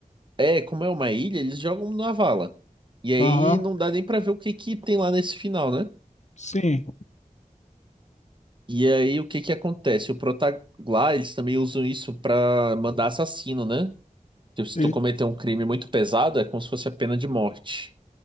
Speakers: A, on the right; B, on the left.
A: é, como é uma ilha, eles jogam numa vala. E aí
B: Aham,
A: não dá nem pra ver o que que tem lá nesse final, né?
B: sim.
A: E aí o que que acontece? O prota lá, eles também usam isso pra mandar assassino, né? Tipo, se
B: Ele-
A: tu cometer um crime muito pesado, é como se fosse a pena de morte.